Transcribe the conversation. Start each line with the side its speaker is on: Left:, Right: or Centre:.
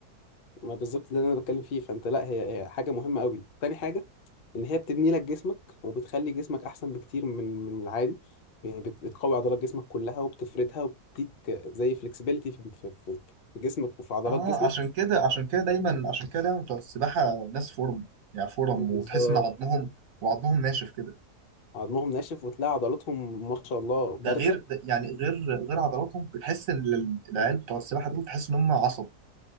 Left: ما بالظبط ده اللي انا بتكلم فيه فانت لا هي هي حاجة مهمة قوي تاني حاجة ان هي بتبني لك جسمك وبتخلي جسمك احسن بكتير من من العادي يعني بت- بتقوي عضلات جسمك كلها وبتفردها وبتديك زي فلكسبيليتي في في في- في جسمك وفي عضلات
Right: اه
Left: جسمك
Right: عشان كده عشان كده دايما عشان كده دايما بتوع السباحة ناس فورم يعني فورم
Left: بالظبط
Right: وتحس ان عظمهم وعظمهم ناشف كده
Left: عظمهم ناشف وتلاقي عضلاتهم ما شاء الله
Right: ده
Left: بارزه
Right: غير ده يعني غير غير عضلاتهم بتحس ان ال- العيال بتوع السباحة دول تحس ان هم عصب